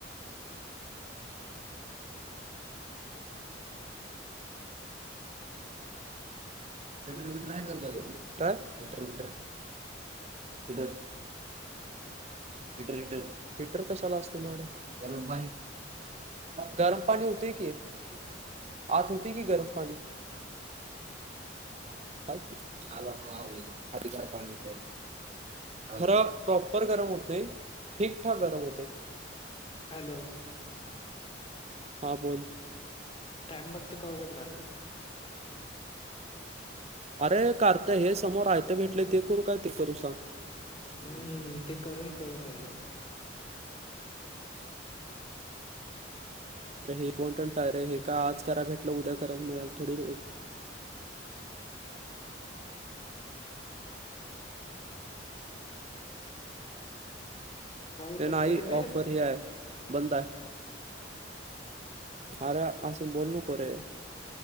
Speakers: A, on the right; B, on the left.
A: हेटर मीटर मी ट्राय करत काय heater meter heater heater heater कशाला असतो मॅडम गरम पाणी हुतय की
B: ह
A: आत हुतय की गरम पाणी <unintelligible> <unintelligible> <unintelligible> <unintelligible> खर प्रॉपर गरम होत नाइ ठीकठाक गरम होतय
B: हॅलो
A: हा बोल
B: टाइबाच कवा करणारायस
A: करू कारत हे समोर आयत भेटलंय हे करू काय ते करू सांग
B: हम्म ते करून कर म्हडलो
A: अ हे कोण पण टाय रे हे का आज करा भेटलं उद्या कराय मिळाल थोडी
B: कॉल
A: ए
B: कट
A: नाही
B: कर बे
A: ऑफर हे आय बंदाय अरे आस बोलु नको रे